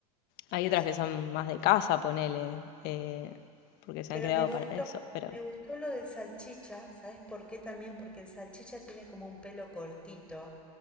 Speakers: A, on the left; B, in the centre.
A: Hay otras
B: sí.
A: que son más de casa, ponele, eh, porque se
B: Pero
A: han creado
B: me gustó,
A: para eso, pero...
B: me gustó lo del salchicha, ¿sabes por qué también? Porque el salchicha tiene como un pelo cortito,